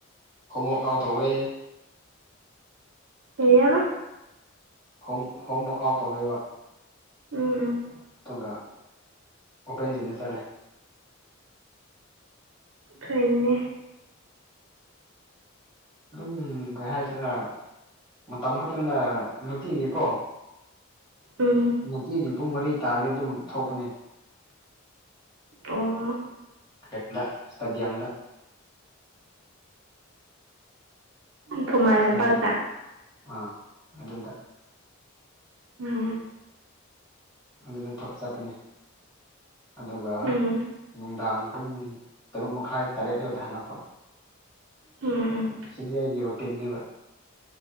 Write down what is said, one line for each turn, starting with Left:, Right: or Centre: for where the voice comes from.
Left: ꯍꯣꯝꯃꫭꯛ ꯂꯥꯑ ꯇꯧꯋꯦ
Right: ꯀꯔꯤꯕ
Left: ꯍꯣꯝ ꯍꯣꯝ ꯋꯔꯥꯛ ꯑꯥꯎꯠ ꯇꯧꯋꯦꯕ
Right: ꯎꯝ ꯎꯝ
Left: ꯗꯨꯒ ꯑꯣꯄꯦꯟꯖꯤꯝꯗ ꯆꯠꯂꯦ
Right: ꯐꯩꯅꯦ
Left: ꯑꯗꯨꯝ ꯀꯩ ꯍꯥꯏꯁꯤꯔ ꯃꯇꯝ ꯈꯛꯇꯪꯂ ꯇꯤꯒꯤꯀꯣ
Right: ꯎꯝ
Left: ꯅꯨꯡꯇꯤꯒꯤ ꯄꯨꯡ ꯃꯔꯤ ꯇꯥꯔꯗꯤ ꯑꯗꯨꯝ ꯊꯣꯛꯄꯅꯦ
Right: ꯑꯣ
Left: ꯀ ꯁꯗꯤꯝꯗ
Right: ꯈꯨꯃꯥꯏ
Left: ꯏꯁꯇꯦꯗꯤꯌꯝ
Right: ꯂꯝꯄꯥꯛꯇ
Left: ꯑꯥ ꯑꯗꯨꯗ
Right: ꯎꯝ
Left: ꯑꯗꯨꯗ ꯆꯠꯄꯅꯤ ꯑꯗꯨꯒ
Right: ꯎꯝ
Left: ꯅꯨꯡꯗꯥꯡ ꯄꯨꯡ ꯇꯔꯨꯛ ꯃꯈꯥꯏ ꯇꯔꯦꯠꯂꯣꯏꯗ ꯍꯜꯂꯛꯄ
Right: ꯎꯝ ꯎꯝ
Left: ꯁꯤꯗꯤ ꯑꯩꯒꯤ ꯔꯨꯇꯤꯟꯅꯦꯕ